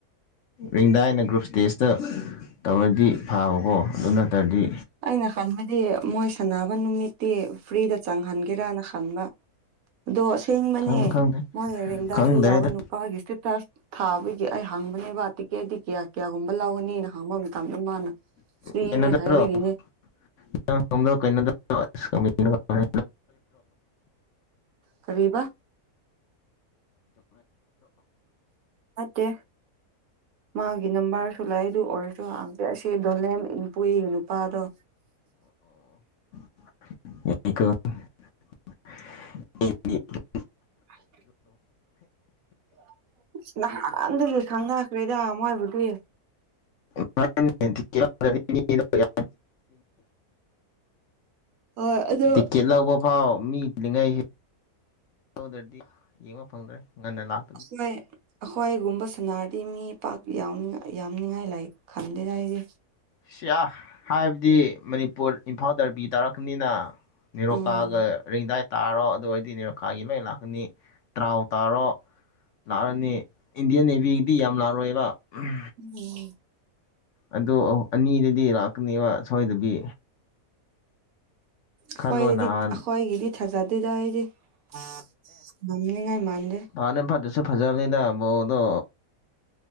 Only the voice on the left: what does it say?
ꯔꯤꯡꯗꯥꯏꯅ ꯒ꯭ꯔꯨꯞ ꯇꯦꯁꯇ ꯇꯧꯔꯗꯤ ꯐꯥꯕꯀꯣ ꯑꯗꯨ ꯅꯠꯇ꯭ꯔꯗꯤ
ꯈꯪ ꯈꯪꯗꯦ
ꯈꯪꯗ꯭ꯔꯦꯗ
<unintelligible>
<unintelligible>
<unintelligible>
ꯇꯤꯛ ꯀꯦꯠ ꯂꯧꯕ ꯐꯥꯎ ꯃꯤ ꯆꯤꯂꯤꯉꯩꯁꯤ ꯂꯧꯗ꯭ꯔꯗꯤ ꯌꯦꯡꯕ ꯐꯪꯗ꯭ꯔꯦ ꯉꯟꯅ ꯂꯥꯛ
ꯁꯤ ꯑ ꯍꯥꯏꯕꯗꯤ ꯃꯅꯤꯄꯨꯔ ꯏꯝꯐꯥꯜ ꯗꯔꯕꯤ ꯇꯥꯔꯛꯀꯅꯤꯅ ꯅꯤꯔꯣꯀꯥꯒ
ꯔꯤꯡꯗꯥꯏ ꯇꯥꯔꯣ ꯑꯗꯨ ꯑꯣꯏꯔꯗꯤ ꯅꯦꯔꯣꯀꯥꯒꯤ ꯂꯣꯏ ꯂꯥꯛꯀꯅꯤ ꯇ꯭ꯔꯥꯎ ꯇꯥꯔꯣ ꯂꯥꯛꯑꯅꯤ ꯏꯟꯗꯤꯌꯥꯟ ꯅꯦꯚꯤꯒꯤꯗꯤ ꯌꯥꯝ ꯂꯥꯛꯔꯣꯏꯕ ꯎꯝ
ꯑꯗꯨ ꯑꯅꯤꯗꯨꯗꯤ ꯂꯥꯛꯀꯅꯦꯕ ꯁꯣꯏꯗꯕꯤ
ꯈꯜꯂꯣ ꯅꯍꯥꯟ
<unintelligible> ꯐꯥꯠꯇ꯭ꯔꯁꯨ ꯐꯖꯥꯕꯅꯤꯗ ꯃꯑꯣꯡꯗꯣ